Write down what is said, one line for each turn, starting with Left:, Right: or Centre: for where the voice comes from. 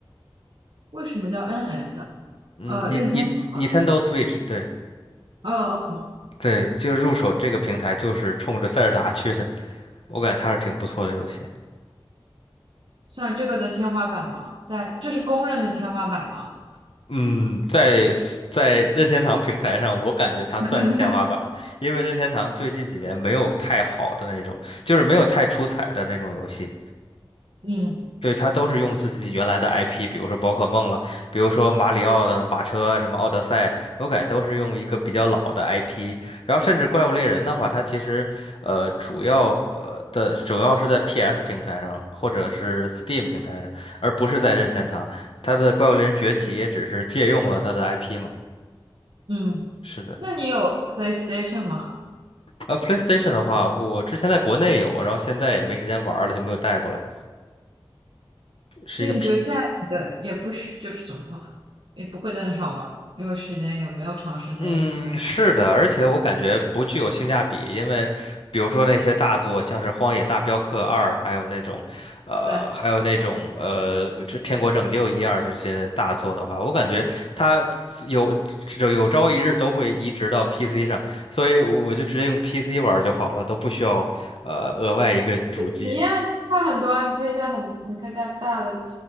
Right: 为什么叫 NS 啊呃，
Left: 嗯，你你
Right: 任天堂吗？
Left: Nintendo Switch，对
Right: 哦，OK，
Left: 对，就入手这个平台就是冲着塞尔达去的，我感觉它是挺不错的游戏。
Right: 算这个的天花板吗？在，这是公认的天花板吗？
Left: 嗯，在 s- 在任天堂平台上，我感觉它算是天花板了，
Right: <laughs>
Left: 因为任天堂最近几年没有太好的那种，就是没有太出彩的那种游戏。
Right: 嗯
Left: 对，它都是用自己原来的 IP，比如说宝可梦了，比如说马里奥的马车，什么奥德赛，我感觉都是用一个比较老的 IP。然后甚至怪物猎人的话，它其实呃主要呃的主要是在 PS 平台上或者是 Steam 平台上，而不是在任天堂。它的怪物猎人崛起也只是借用了它的 IP 嘛。
Right: 嗯，
Left: 是的，
Right: 那你有 PlayStation 吗？
Left: 呃，PlayStation 的话，我之前在国内有，然后现在也没时间玩儿了，就没有带过来，是一个
Right: 所以你觉得现在你的也不需，
Left: P
Right: 就是怎么说，也不会在那上玩儿，因为时间也没有长时间。
Left: 嗯，
Right: 嗯，
Left: 是的，而且我感觉不具有性价比，因为比如说那些大作，像是《荒野大镖客二》，还有那种，呃，
Right: 对，
Left: 还有那种呃，这《天国拯救一二》这些大作的话，我感觉它有有有朝一日都会移植到 PC 上，所以我我就直接用 PC 玩儿就好了，都不需要呃额外一个主机。
Right: 体验差很多啊，你可以在很，你可以在大的